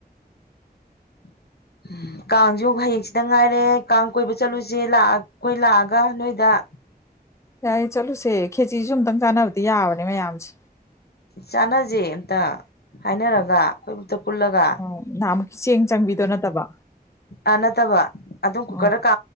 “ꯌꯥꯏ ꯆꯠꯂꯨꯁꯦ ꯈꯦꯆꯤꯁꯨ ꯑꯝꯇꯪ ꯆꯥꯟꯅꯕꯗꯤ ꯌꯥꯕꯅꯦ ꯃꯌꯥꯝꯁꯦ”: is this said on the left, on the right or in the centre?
Left